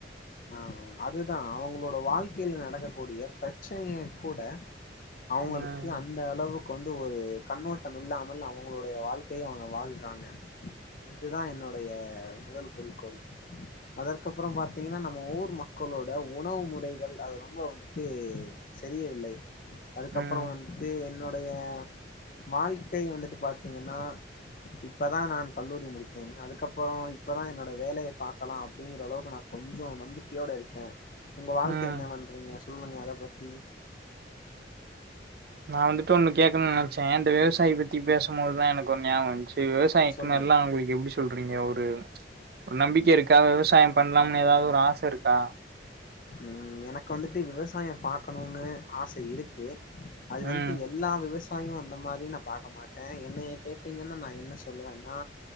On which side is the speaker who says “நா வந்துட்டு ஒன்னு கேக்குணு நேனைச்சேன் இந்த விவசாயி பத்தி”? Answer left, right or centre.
Right